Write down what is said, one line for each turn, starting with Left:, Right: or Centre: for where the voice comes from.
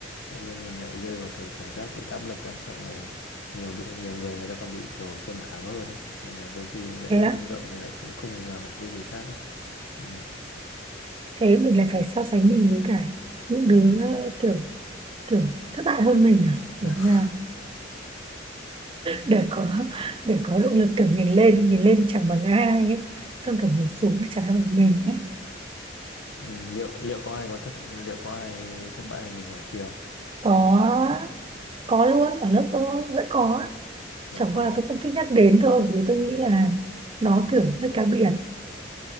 Left: tự nhiên mình lại rơi vào cái cảm giác bị áp lực ấy xong rồi nhiều đứa- nhiều người người ta còn bị kiểu trầm cảm hơn ấy nên là đôi khi lại
Right: thế
Left: mất
Right: á
Left: năng lượng mình lại cũng không làm được cái gì khác ấy. Ừ.
Right: thế mình lại phải so sánh mình với cả những đứa kiểu kiểu thất bại hơn mình à kiểu
Left: <laughs>
Right: như là để có để có động lực kiểu nhìn lên nhìn lên chẳng bằng ai ấy xong kiểu mình xuống chả bằng mình ấy
Left: Ừ, liệu liệu có ai có thất liệu có ai thất bại hơn mình ngoài kia không?
Right: có có luôn ở lớp tôi vẫn có
Left: Vẫn
Right: chẳng
Left: còn
Right: qua là
Left: à?
Right: tôi không thích nhắc đến thôi bởi vì tôi nghĩ
Left: Ừ.
Right: là nó kiểu hơi cá biệt